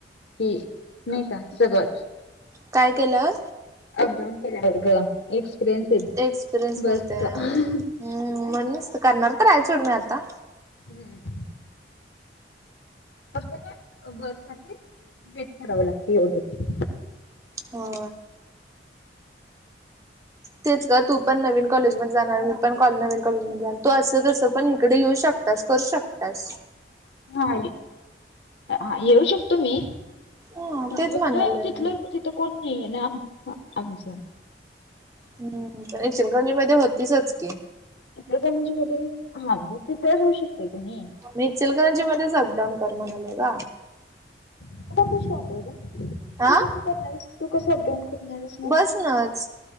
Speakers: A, on the left (about 75°); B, on the right (about 20°).
A: हे नाही का सगळंच.
B: काय केलं.
A: अप डाऊन क एक्सपिरियन्स येल
B: एक्सपिरियन्स
A: बस.
B: मिळते हम्म म्हण करणार तरय चोड म आता
A: हम्म. फक्त काय वर्षातील भेट करावं लागते एवढ्या
B: हो तेच ग. तू पण नवीन कॉलेजमध्ये जाणार मी पण कॉ नवीन कॉलेजमध्ये जाणार तो असं तस. पण इकडे येऊ शकतास करू शकतास.
A: हा हा येऊ शकतो मी
B: ह
A: असं
B: तेच म्हणालोय
A: फक्त तिथलं तिथं कोण नाही आहे ना आमच.
B: हम् पण चिलगंजी मध्ये होतीसच की
A: इकडे काणच्या कडे हांजे तिथच होेऊ शकते तुम्ही?
B: मी चिलकरंजी मध्येच अपडाऊन कर म्हणालेय का?
A: आता कस वाटयच
B: हा
A: तू कस करणारस तू कस अपडाऊन करणारस म
B: बसनच